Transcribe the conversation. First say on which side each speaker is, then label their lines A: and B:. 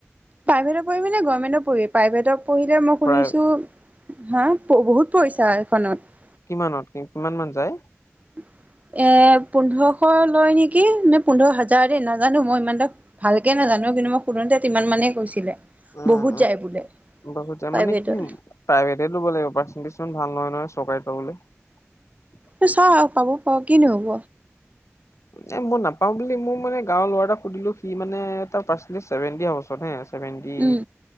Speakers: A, on the right (about 30°); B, on the left (about 80°).
A: প্ৰাইভেটত পঢ়িবি নে গৰ্মেণ্টত পঢ়িবি প্ৰাইভেটত পঢ়িলে মই
B: প্ৰায়
A: শুনিছোঁ, হা বহুত পইচা এখনত
B: কিমানত কি, কিমান মান যায়?
A: <inaudible> এ পোন্ধৰশ লয় নেকি, নে পোন্ধৰ হাজাৰ দেই নাজানো, মই ইমানটা ভালকে নাজানোঁ মানু্হক কিন্তু মই শুধুতে তিমান মানে কৈছিলে,
B: উম
A: বহুত যায় বোলে।
B: বহুত যায়
A: প্ৰাইভেটত
B: মানে কি, প্ৰাইভেটে লব লাগিব পাৰ্চেন্টিজটো ইমান ভাল নহয় নহয়, চৰকাৰীত লবলে
A: এহ চাওঁ পাবও পাওঁ, কিনো হব
B: এহ মই নাপাওঁ বুলি মোৰ মানে গাঁৱৰ লৰা এটাক সুধিলো, সি মানে তাৰ পাৰ্চেন্টিজটো ছেভেনটি এহ ওচৰত এহ আছে। ছেভেনটি
A: উম